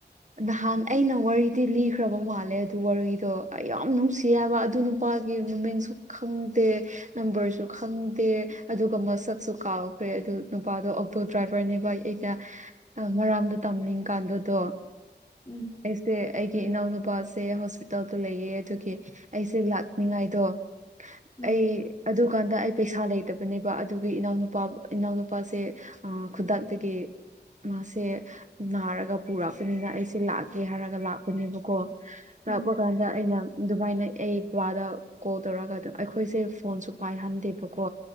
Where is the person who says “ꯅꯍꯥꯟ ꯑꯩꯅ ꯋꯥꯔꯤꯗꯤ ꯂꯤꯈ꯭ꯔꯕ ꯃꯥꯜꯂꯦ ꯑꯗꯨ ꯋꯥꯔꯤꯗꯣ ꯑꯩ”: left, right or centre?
Right